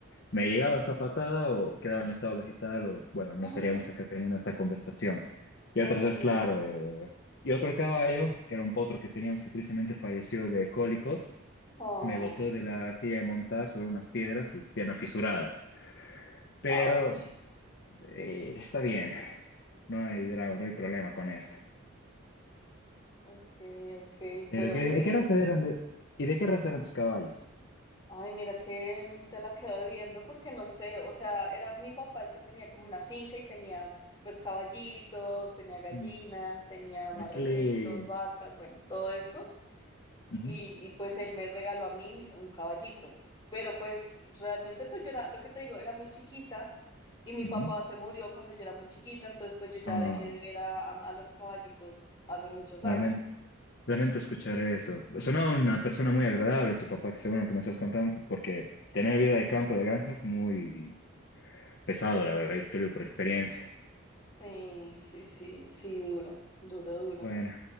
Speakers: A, on the left (about 55°); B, on the left (about 20°).
A: Me llegaba esa patada o quedaba en estado vegetal o, bueno, no
B: Ah,
A: estaríamos acá teniendo esta conversación. Y
B: ok.
A: otras veces, claro, eh, y otro caballo, que era un potro que teníamos que tristemente falleció de cólicos,
B: Oh,
A: me botó de la silla de montar sobre unas piedras y pierna fisurada. Pero
B: ouch.
A: eh, está bien, no hay drama, no hay problema con eso.
B: Ok, ok,
A: Pero
B: pero
A: ¿qué,
B: bueno.
A: y qué raza eran de, y de qué raza eran tus caballos?
B: Ay, mira que te la quedo viendo porque no sé, o sea, era mi papá el que tenía como una finca y tenía pues caballitos, tenía gallinas,
A: Mm,
B: tenía
A: ¿A
B: marranitos,
A: qué le...?
B: vacas, bueno, todo esto.
A: Ujú,
B: Y, y, pues él me regaló a mí mi- un caballito. Pero pues realmente pues yo era, lo que te digo, era muy chiquita y mi
A: ujú.
B: papá se murió cuando yo era muy chiquita, entonces pues yo ya
A: Ah, no,
B: dejé de ver a, a a los caballitos hace muchos
A: lamento,
B: años.
A: lamento escuchar eso. Sonaba una persona muy agradable, tu papá, según lo que me estás contando, porque tener vida de campo, de granja, es muy pesado, la verdad, yo te lo digo por experiencia.
B: Sí, sí, sí, sí, duro, duro, duro.
A: Bueno,